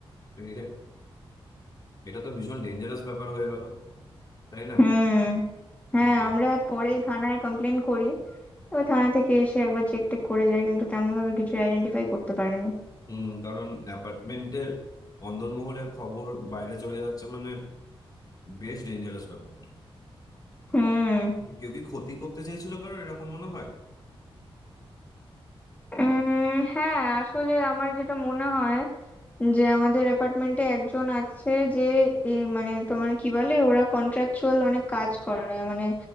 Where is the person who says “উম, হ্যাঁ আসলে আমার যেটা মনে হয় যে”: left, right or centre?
Left